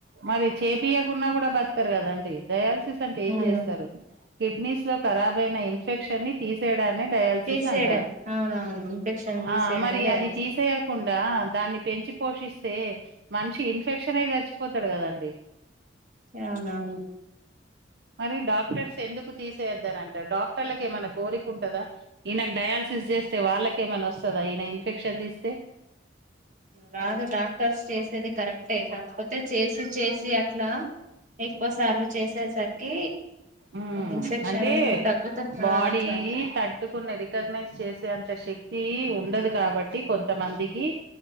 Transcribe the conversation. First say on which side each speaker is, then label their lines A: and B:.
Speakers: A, on the right (about 60°); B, on the right (about 40°).
A: మరి చేపియకున్నా కూడా బతకరు కదండి డయాలసిస్ అంటే ఏం
B: అవున
A: చేస్తారు కిడ్నీస్ లో కరాబయిన ఇన్ఫెక్షన్ ని తీసేయడాన్నే డయాలిసిస్
B: తీసేయడం
A: అంటారు
B: అవునవును ఇన్ఫెక్షన్ తీసేయడమే
A: ఆ మరి
B: డయాలిసిస్
A: అది తీసేయకుండా దాన్ని పెంచి పోషిస్తే మనిషి ఇన్ఫెక్షన్ అయి సచ్చిపోతాడు కదా అండి
B: య అవును అవును
A: మరి డాక్టర్స్ ఎందుకుతీసేయద్దానంటారు డాక్టర్లకు ఏమైనా కోరిక ఉంటందా ఈయనకు డయాలసిస్ చేస్తే వాళ్ళకేమైన్నా వస్తుందా ఈయన ఇన్ఫెక్షన్ తీస్తే
B: రాదు డాక్టర్స్ చేసేది కరెక్టే కాకపోతే చేసి చేసి అట్లా ఎక్కువ సార్లు చేసేసరికి
A: అ
B: ఇన్ఫెక్షన్
A: అంటే
B: తగ్గుత
A: బాడి
B: ఆ అట్లా
A: తట్టుకున్నది క ప్రగ్నేన్సి చేస్తె దే అంతా షేక్తి ఉండదు కాబట్టి కొంతమందికి